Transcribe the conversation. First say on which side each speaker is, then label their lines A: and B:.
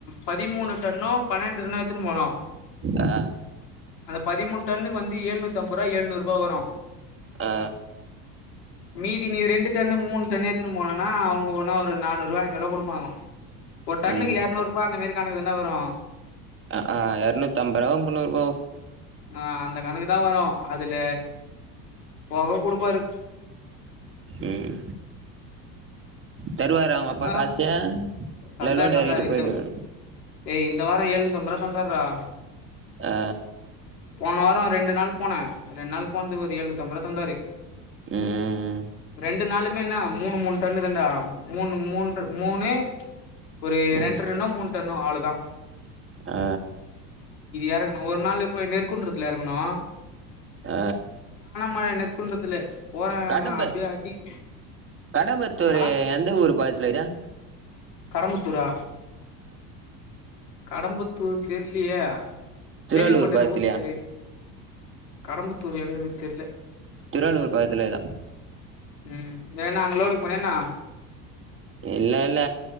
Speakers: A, on the left; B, on the right.
A: பதிமூணு டன்னோ பன்னெண்டு டன்னோ எடுத்துன்னு போனோ
B: ஆ
A: அந்த பதிமூணு டன்னுக்கு வந்து எழுநூத்தம்பது ரூபா எழுநூறு ரூபா வரு
B: ஆ
A: மீதி நீ ரெண்டு டன்னு மூணு டன்னு ஏத்துன்னு போனனா அவுங்க ஒன்னா ஒரு நானூறு ரூபா ஐநூறு ரூபா குடு அ ஒரு டன்னுக்கு
B: ம்
A: எரநூறு ரூபா அந்த மாரி கணுக்குதான வரு
B: அ ஆ எரநூத்தம்பதோ முன்னூறோ
A: ஆ அந்த கணக்கு தா வரு அதுல போக குடுப்பாரு
B: ம் தருவாரா உங்கப்பா
A: ஆ
B: காசு இல்ல
A: தந்தாரு
B: லோடு
A: தந்தாரு
B: எறகிட்டு போயி்டுவே
A: இந்த ஏய் இந்த வாரோ ஏழுநூத்தம்பது ரூபா தந்தாருறா
B: ஆ
A: போன வாரோ ரெண்டு நாள் போனே ரெண்டு நாள் போனதுக்கு ஒரு ஏழுநூத்தம்பது ரூபா தந்தாரு
B: ம்
A: ரெண்டு நாளுமே என்ன மூணு மூணு டன்னு தாண்டா மூணு மூன்ற மூணு ஒரு
B: ம்
A: ரெண்டு டன்னோ மூணு டன்னோ அவ்ளோதா
B: ஆ
A: எறக்கணும் ஒரு நாள் போய் நெற்குன்றத்துல எறங்குனோ
B: ஆ
A: மழ நெற்குன்றத்துல போற
B: கடம்ப
A: அப்டியே அடிக்குது
B: கடம்பத்தூரு
A: ஆ
B: எந்த ஊரு பாக்த்துல இருக்து
A: கடம்பத்தூரா கடம்பத்தூர் தெர்லயே
B: திருவள்ளூர்
A: கேள்விப்பட்டுற
B: பக்கத்துலயா
A: ஊர் பேரு கடம்பத்தூர் எங்க இருக்கு தெர்ல
B: திருவள்ளூர் பக்கத்துலதா
A: ம் ஏன்ன அங்க லோடுக்கு போனியா என்ன
B: இல்லல்ல